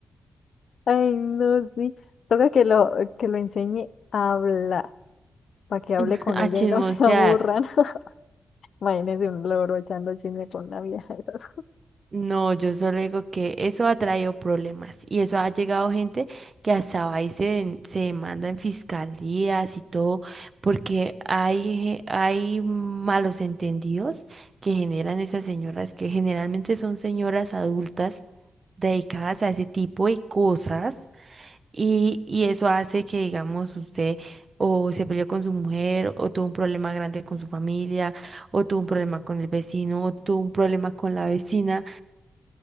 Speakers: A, on the left (about 70°); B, on the right (about 45°).
A: ay, no, sí, toca que lo, que lo enseñe a hablar, para que hable
B: <laughs>
A: con
B: a
A: ella
B: chismosear.
A: y no se aburran. <laughs> Imagínense un loro echando chisme con una vieja. de esas.
B: No, yo solo digo que eso ha traído problemas y eso ha llegado gente que hasta va y se, den- se demanda en fiscalías y todo, porque hay, hay malos entendidos que generan esas señoras, que generalmente son señoras adultas dedicadas a ese tipo de cosas y, y eso hace que, digamos, usted o se peleó con su mujer o tuvo un problema grande con su familia o tuvo un problema con el vecino o tuvo un problema con la vecina